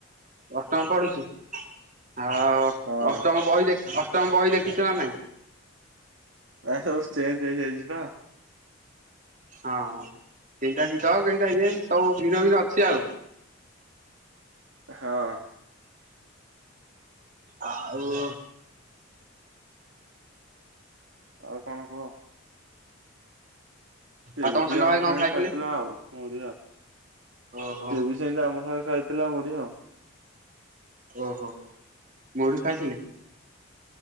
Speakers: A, on the right; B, on the right.
A: ଅଷ୍ଟମ ପଢୁଛି ଆଉ
B: ହଁ
A: ଅଷ୍ଟମ ବହି ଦେଖି ଅଷ୍ଟମ ବହି ଦେଖିଛ ନା ନାହିଁ?
B: ଏ ସବୁ ଚେଞ୍ଜ ହେଇଯାଇଛି ନାଁ
A: ହଁ କେଇଟା ଗୀତ କେଇଟା ଇଏ ସବୁ ଭିନ୍ନ, ଭିନ୍ନ ଅଛି ଆଉ।
B: ହଁ।
A: ଆଉ
B: ଆଉ କଣ କୁହ? ସେବି
A: ଆଉ ତମ
B: ସେ
A: ସାନ
B: ଆମ
A: ଭାଇ କଣ
B: ସାଙ୍ଗେ
A: ଖାଇଥିଲେ?
B: ଖାଇଥିଲା ଆଉ ମଡିଆ
A: ଓହୋ
B: ସେ ବି ସେବି ଆମ ସାଙ୍ଗେ ଖାଇଥିଲା ମୁଢି ଆଉ।
A: ଓହୋ ମୁଢି ଖାଇଥିଲି।